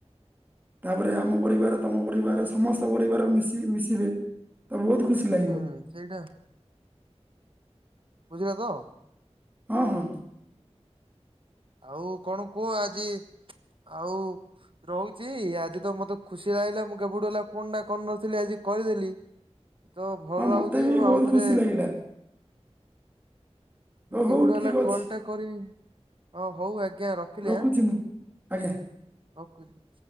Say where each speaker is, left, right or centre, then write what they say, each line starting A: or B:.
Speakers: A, on the right; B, on the right.
A: ତାପରେ ଆମ ପରିବାର ତମ ପରିବାର ସମସ୍ତ ପରିବାର ମିଶି ମିଶିବେତ ବହୁତ୍ ଖୁସି
B: ହୁଁ
A: ଲାଗିବ।
B: ସେଇଟା ବୁଝିଲତ।
A: ହଁ ହଁ।
B: ଆଉ କଣ କୁହ ଆଜି ଆଉ ରହୁଚି ଆଜିତ ମତେ ଖୁସି ଲାଗିଲା ମୁଁ କେବେଠୁ ହେଲା ଫୋନଟା କରିନଥିଲି ଆଜି କରିଦେଲି। ତ ଭଲ
A: ହଁ
B: ଲାଗୁଚି
A: ମତେ ବି
B: ମୁଁ
A: ବହୁତ
B: ଆଉଥରେ
A: ଖୁସି ଲାଗିଲା ଓ ହଉ
B: କେବେଠୁ ହେଲା
A: ଠିକ ଅଛି
B: କଲଟା କରିନି। ହଁ ହଉ ଆଜ୍ଞା ରଖିଲି
A: ରଖୁଛି
B: ଆ
A: ମୁଁ ଆଜ୍ଞା
B: ରଖୁଛି।